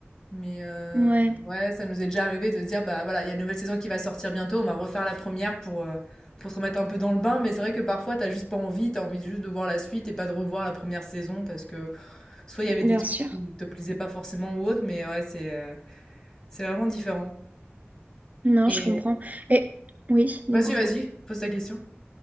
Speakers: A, on the left; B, on the right.
A: Mais euh,
B: Ouais,
A: ouais, ça nous est déjà arrivé de se dire, bah voilà, il y a une nouvelle saison qui va sortir bientôt, on va refaire la première pour, euh, pour se remettre un peu dans le bain. Mais c'est vrai que parfois, t'as juste pas envie, t'as envie juste de voir la suite et pas de revoir la première saison parce que soit il y avait
B: bien
A: des trucs
B: sûr.
A: qui te plaisaient pas forcément ou autre, mais ouais, c'est euh, c'est vraiment différent.
B: Non,
A: Et
B: je comprends. Et oui, dis-moi.
A: vas-y, vas-y, pose ta question.